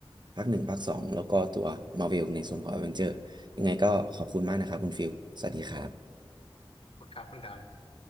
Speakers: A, on the right; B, on the left.
A: ภาคหนึ่งภาคสองแล้วก็ตัวมา r v เวลในส่วนของ a อเวนเจอร์ยังไงก็ขอบคุณมากนะครับคุณฟิลสวัสดีครับ
B: คุณครับคุณดำ